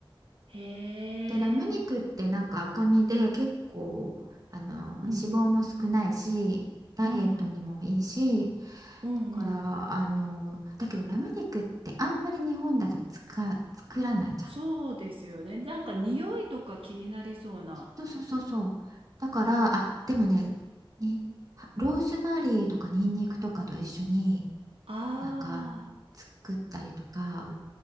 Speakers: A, on the right (about 75°); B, on the right (about 40°).
A: へえ、
B: で、ラム肉ってなんか赤身で結構、あの、脂肪も少ないし、
A: うん、
B: ダイエットにもいいし、
A: うん、うん、
B: だから、
A: うん。
B: あの、だけどラム肉ってあんまり日本だとつか、作らないじゃん。
A: そうですよね。なんか匂いとか気になりそうな。
B: そうそうそうそう。だから、あ、でもね、に、はローズマリーとかニンニクとかと一緒に
A: ああ、
B: なんか作ったりとか、